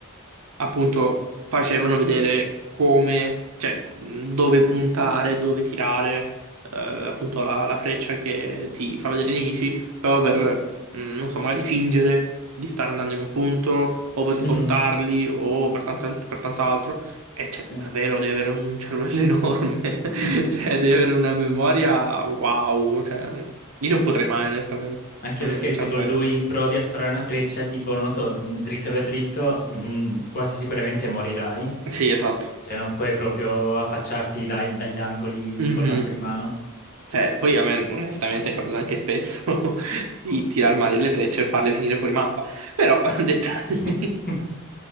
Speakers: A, on the right; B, on the left.
A: appunto facevano vedere come, cioè mh, dove puntare, dove tirare, eh, appunto la, la freccia che ti fa vedere i nemici, proprio per, mh, non so, magari fingere di stare andando in un punto, o per spottarli,
B: Mhm,
A: o per tant- per tant'altro. E cioè,
B: sì.
A: davvero devi avere un cervello <laughs> enorme,
B: <laughs>
A: cioè devi avere una memoria wow, cioè io non potrei mai onestamente,
B: Anche
A: non,
B: perché
A: non
B: se
A: saprei.
B: con lui provi a sparare una freccia, tipo, non lo so, dritto per dritto, mm, quasi sicuramente morirai.
A: Sì, esatto.
B: Cioè non puoi proprio affacciarti dai- dagli angoli
A: Mhm.
B: con l'arco in mano.
A: Cioè, poi a me onestamente è capitato anche spesso <laughs> di tirar male le frecce e farle finire fuori mappa. Però, <laughs> dettagli.
B: <laughs>